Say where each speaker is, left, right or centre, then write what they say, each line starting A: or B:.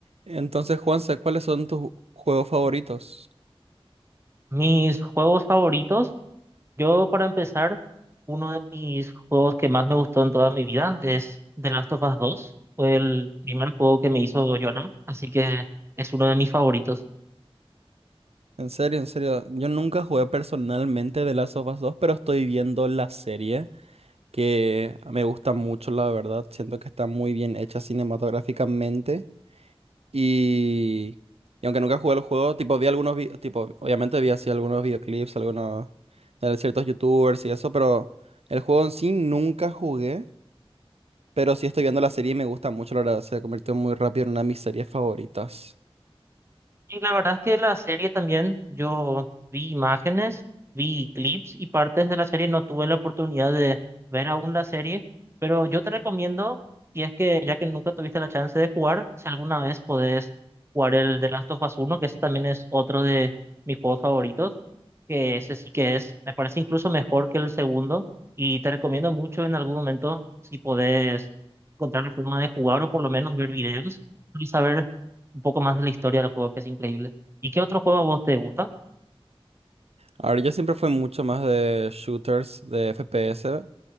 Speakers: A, on the right; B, on the right.
A: Entonces, Juanse, ¿cuáles son tus juegos favoritos?
B: Mis juegos favoritos, yo para empezar, uno de mis juegos que más me gustó en toda mi vida es The Last of Us dos Fue el primer juego que me hizo llorar, así que es uno de mis favoritos.
A: En serio, en serio, yo nunca jugué personalmente de Last of Us 2, pero estoy viendo la serie que me gusta mucho, la verdad. Siento que está muy bien hecha cinematográficamente y, y aunque nunca jugué el juego, tipo vi algunos vi- tipo obviamente vi así algunos videoclips, algunos de ciertos YouTubers y eso, pero el juego en sí nunca jugué, pero sí estoy viendo la serie y me gusta mucho, la verdad. Se convirtió muy rápido en una de mis series favoritas.
B: Y la verdad es que la serie también, yo vi imágenes, vi clips y partes de la serie, no tuve la oportunidad de ver aún la serie, pero yo te recomiendo, si es que ya que nunca tuviste la chance de jugar, si alguna vez podés jugar el The Last of Us uno que ese también es otro de mis juegos favoritos, que ese sí que es, me parece incluso mejor que el segundo, y te recomiendo mucho en algún momento si podés encontrar la forma de jugar o por lo menos ver videos y saber un poco más de la historia del juego, que es increíble. ¿Y qué otro juego a vos te gusta?
A: A ver, yo siempre fui mucho más de shooters, de FPS,